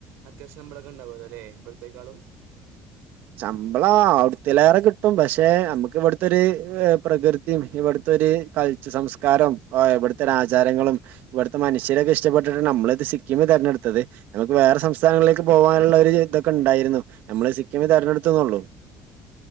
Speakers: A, on the right (about 80°); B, on the right (about 65°).
A: അത്യാവശ്യം ശമ്പളമൊക്കെ ഉണ്ടാവൂല്ലോ അല്ലെ ഇവിടുത്തേക്കാളും
B: ശമ്പളം അവിടുത്തിലേറെ കിട്ടും പക്ഷെ നമ്മുക്ക് ഇവിടുത്തെ ഒരു പ്രകൃതിയും ഇവിടുത്തെ ഒരു കൾ സംസ്കാരവും ഇവിടുത്തെ ഒരു ആചാരങ്ങളും ഇവിടുത്തെ മനുഷ്യരൊക്കെ ഇഷ്ടപ്പെട്ടിട്ട് നമ്മള് സിക്കിമ് തിരഞ്ഞെടുത്തത് നമുക്ക് വേറെ സംസ്ഥാനങ്ങളിലേക്ക് പോകാനുള്ള ഒരു ഇതൊക്കെ ഉണ്ടായിരുന്നു നമ്മള് സി മ തെരഞ്ഞെടുത്തുന്നുള്ളു